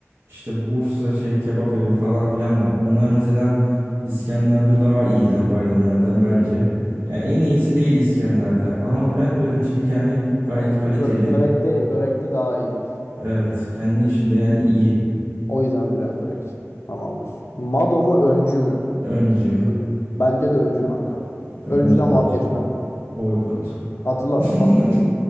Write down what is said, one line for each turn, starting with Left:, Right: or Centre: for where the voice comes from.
Right: işte Bursa şey kebap evi falan filan var. Onlar mesela İskender'de daha iyiler Bay Döner'den bence.
Left: Hmm.
Right: Yani en iyisi değil İskender'de ama Bülent Börekçilik yani gayet kaliteli.
Left: Bö- börekte börekte daha iyi diyorsun.
Right: Evet. Kendi işinde yani iyi.
Left: O yüzden Brent Brake. Tamamdır. Mado mu öncü mü?
Right: Öncü.
Left: Oy. Bence de öncü kanka.
Right: Önce
Left: Öncüden
Right: öncü.
Left: vazgeçmem.
Right: Boykot.
Left: Hatırlarsın
Right: <laughs>
Left: paso öncü.